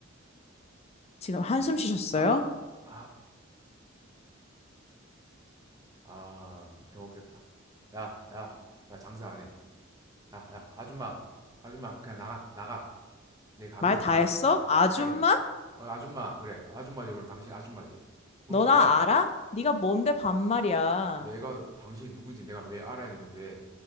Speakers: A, on the left; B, on the right.
A: 지금 한숨 쉬셨어요?
B: 아, 아, 아, 아, 못해 먹겠다. 야, 야, 나 장사 안 해. 야, 야, 아줌마, 아줌마, 그냥 나가, 나가. 내 가게에서
A: 말 다
B: 나가,
A: 했어?
B: 그냥.
A: 아줌마?
B: 내가, 어, 아줌마, 그래. 아줌마지, 그럼 당신 아줌마지. 그럼
A: 너
B: 뭐야?
A: 나 알아? 네가 뭔데 반말이야.
B: 내가 당신이 누군지 내가 왜 알아야 되는데,